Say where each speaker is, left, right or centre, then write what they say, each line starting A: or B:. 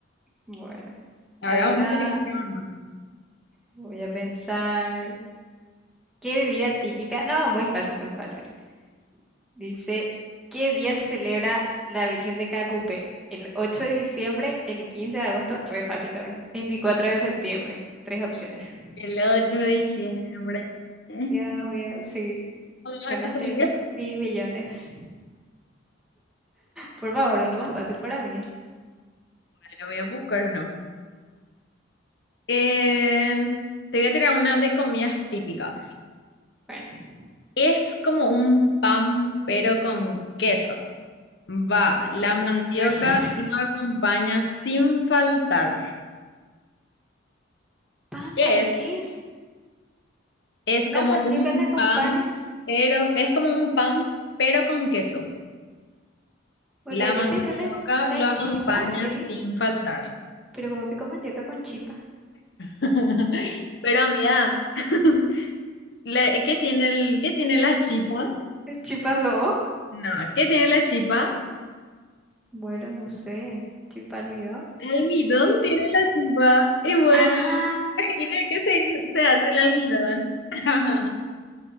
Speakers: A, in the centre; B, on the left.
A: Bueno,
B: Ahora
A: ahora
B: vamos a tener que tirar uno.
A: voy a pensar. ¿Qué bebida típica? No, muy fácil, muy fácil. Dice, ¿qué día se celebra la Virgen de Cacupe? El 8 de diciembre, el 15 de agosto, re fácil también. 24 de septiembre, tres opciones.
B: El ocho de diciembre. ¿Eh?
A: Dios mío, sí,
B: Vamos a
A: ganaste
B: Catalina.
A: mil millones. Por favor, uno más fácil para mí.
B: Bueno, voy a buscar uno. Eh, te voy a tirar una de comidas típicas.
A: Bueno,
B: Es como un pan, pero con queso. Va,
A: mm,
B: la mandioca
A: re fácil.
B: lo acompaña sin faltar.
A: ¿Pan
B: ¿Qué
A: con
B: es?
A: queso?
B: Es
A: ¿La
B: como
A: mandioca
B: un
A: la acompaña?
B: pan, pero es como un pan, pero con queso. La
A: O la-
B: mandioca
A: yo pensé en la, la
B: lo acompaña
A: chipa, sí,
B: sin faltar.
A: pero como pico mandioca con chipa.
B: <laughs> Pero amiga, <laughs> la- ¿qué tiene el, qué tiene la chipa?
A: ¿Chipa o
B: No, ¿qué tiene la chipa?
A: Bueno, no sé. ¿Chipa almidón?
B: Almidón tiene la chipa. Y bueno.
A: Ah,
B: ¿Y de qué se, se hace el almidón? <laughs>